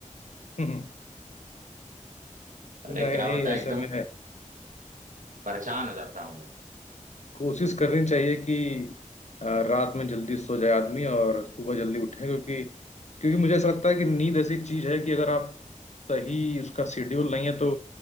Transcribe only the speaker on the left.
<laughs>
नहीं
नहीं
ऐसे में
कोशिश करनी चाहिए कि अ, रात में जल्दी सो जाए आदमी और सुबह जल्दी उठे क्योंकि क्योंकि मुझे ऐसा लगता है कि नींद ऐसी चीज है कि अगर आप सही उसका शेड्यूल नहीं है तो